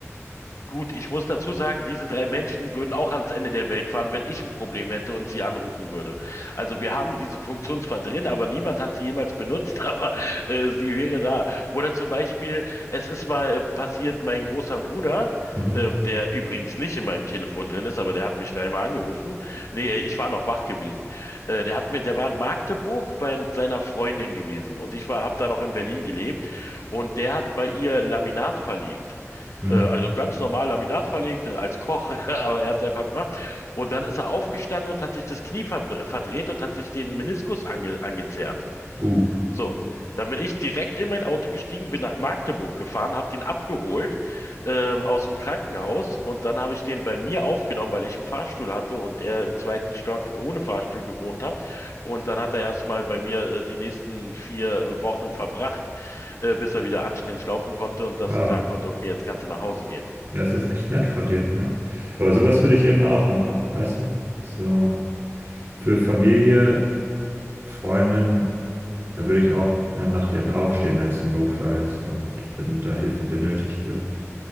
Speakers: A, on the left; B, on the right.
A: Gut, ich muss dazu sagen, diese drei Menschen würden auch ans Ende der Welt fahren, wenn ich ein Problem hätte und sie anrufen würde. Also wir haben diese Funktion zwar drin, aber niemand hat sie jemals benutzt, <laughs> aber äh, sie wäre da. Oder zum Beispiel, es ist mal äh, passiert, mein großer Bruder,
B: Mhm.
A: ähm, der übrigens nicht in meinem Telefon drin ist, aber der hat mich dreimal angerufen. Nee, äh, ich war noch wach gewesen. Äh, der hat mir, der war in Magdeburg bei seiner Freundin gewesen und ich war, habe da noch in Berlin gelebt und der hat bei ihr Laminat verlegt.
B: Mhm.
A: Äh, Also ganz normal Laminat verlegt, äh, als Koch, <laughs> aber er hat es einfach gemacht. Und dann ist er aufgestanden und hat sich das Knie ver verdreht und hat sich den Meniskus ange angezerrt.
B: Uh,
A: So, dann bin ich direkt in mein Auto gestiegen, bin nach Magdeburg gefahren, habe den abgeholt ähm, aus dem Krankenhaus und dann habe ich den bei mir aufgenommen, weil ich einen Fahrstuhl hatte und er im zweiten Stock ohne Fahrstuhl gewohnt hat. Und dann hat er erstmal bei mir äh, die nächsten vier Wochen verbracht, äh, bis er wieder anständig laufen konnte und dass
B: wow.
A: ich sagen konnte, okay, jetzt kannst du nach Hause gehen.
B: Das ist echt nett von dir, ja. Aber sowas würde ich eben auch machen, weißt du? So für Familie Freundin, da würde ich auch in der Nacht eben aufstehen, wenn es ein Notfall ist und wenn da Hilfe benötigt wird.